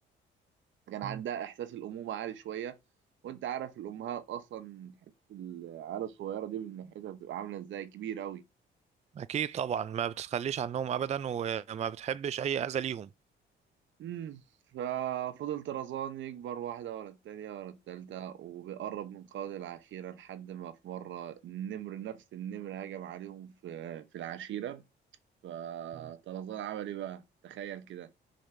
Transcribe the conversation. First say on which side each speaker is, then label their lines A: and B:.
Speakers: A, on the right; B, on the right.
A: كان
B: مم.
A: عندها احساس الامومة عالي شوية وانت عارف الامهات اصلا حتة العيال الصغيرة دي من ناحيتها بتبقى عاملة ازاي كبيرة اوي
B: اكيد طبعا ما بتتخليش عنهم ابدا وما بتحبش اي اذى ليهم
A: امم ففضل طرزان يكبر واحدة ورا التانية ورا التالتة وبيقرب من قاضي العشيرة لحد ما في مرة النمر نفس النمر هجم عليهم في في العشيرة فطرزان
B: مم.
A: عمل ايه بقى؟ تخيل كده